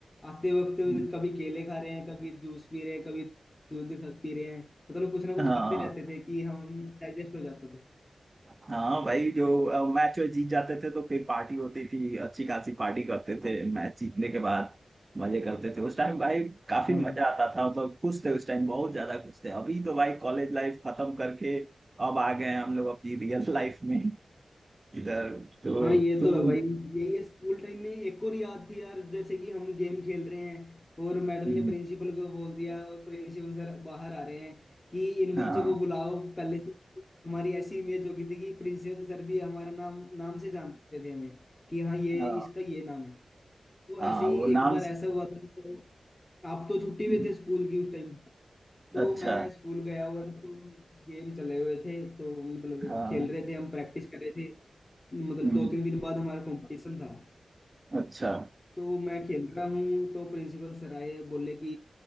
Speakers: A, on the left (about 25°); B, on the right (about 35°).
A: आते वक्त
B: हम्म,
A: कभी केले खा रहे हैं कभी जूस पी रहे हैं कभी दूध खा- पी रहे हैं मतलब कुछ ना कुछ
B: हाँ
A: खाते रहते थे कि हम डाइजेस्ट हो जाता
B: हाँ भाई जो मैच वैच जीत जाते थे तो फिर पार्टी होती थी अच्छी खासी पार्टी करते थे मैच जीतने के बाद मजे करते थे उस टाइम भाई काफी
A: था
B: मजा आता था मतलब खुश थे उस टाइम बहुत ज्यादा खुश थे अभी तो भाई कॉलेज लाइफ खत्म करके अब आ गए हैं हम लोग अपनी रियल <laughs> लाइफ में इधर तो
A: हाँ ये
B: तुम
A: तो है भाई यही है स्कूल टाइम में एक और याद थी यार जैसे कि हम गेम खेल रहे हैं और मैडम
B: हम्म,
A: ने प्रिंसिपल को बोल दिया और प्रिंसिपल सर बाहर आ रहे हैं कि इन
B: हाँ
A: बच्चों को बुलाओ पहले से हमारी ऐसी इमेज हो गई थी कि प्रिंसिपल सर भी हमारा नाम नाम से जानते थे हमें कि हाँ ये
B: हाँ
A: इसका ये नाम है वो
B: हाँ
A: ऐसे ही
B: वो
A: एक
B: नाम
A: बार ऐसा
B: से
A: हुआ था तो आप तो छुट्टी
B: हम्म,
A: पे थे स्कूल की उस टाइम तो
B: अच्छा
A: मैं स्कूल गया हुआ था तो गेम चले हुए थे तो मतलब
B: हाँ
A: खेल रहे थे हम प्रैक्टिस कर रहे थे मतलब
B: हम्म,
A: दो तीन दिन बाद हमारा कंपटीशन था
B: अच्छा
A: तो मैं खेल रहा हूँ तो प्रिंसिपल सर आए बोले कि